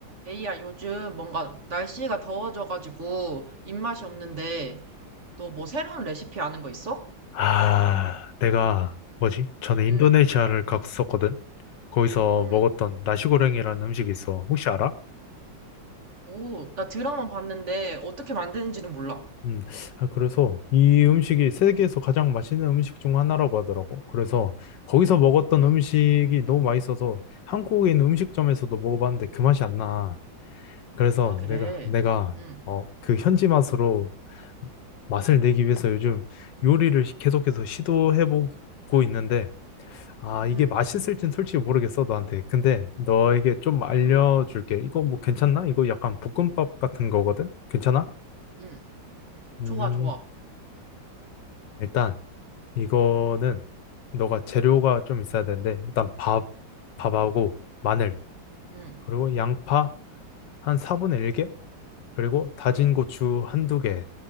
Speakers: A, on the right (about 40°); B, on the left (about 70°).
A: 에이야, 요즘 뭔가 날씨가 더워져가지고 입맛이 없는데, 너 뭐 새로운 레시피 아는 거 있어?
B: 아, 내가 뭐지? 전에
A: 응,
B: 인도네시아를 갔었거든. 거기서
A: 응.
B: 먹었던 나시고랭이라는 음식이 있어. 혹시 알아?
A: 오, 나 드라마 봤는데 어떻게 만드는지는 몰라.
B: 음, 아, 그래서 이 음식이 세계에서
A: 응,
B: 가장 맛있는 음식 중 하나라고 하더라고. 그래서 거기서 먹었던
A: 응.
B: 음식이 너무 맛있어서 한국인 음식점에서도 먹어봤는데 그 맛이 안 나. 그래서
A: 아, 그래.
B: 내가 내가
A: 응,
B: 어, 그 현지 맛으로 맛을
A: 응,
B: 내기 위해서 요즘 요리를 계속해서 시도해보고 있는데 아,
A: 응,
B: 이게 맛있을진 솔직히 모르겠어, 너한테. 근데 너에게 좀 알려줄게.
A: 응,
B: 이거 뭐 괜찮나? 이거 약간
A: 응.
B: 볶음밥 같은 거거든? 괜찮아?
A: 응.
B: 음,
A: 좋아, 좋아.
B: 일단 이거는 너가 재료가 좀 있어야 되는데, 일단 밥, 밥하고 마늘,
A: 응,
B: 그리고 양파 한 4분의 1개, 그리고 다진
A: 응,
B: 고추 한두 개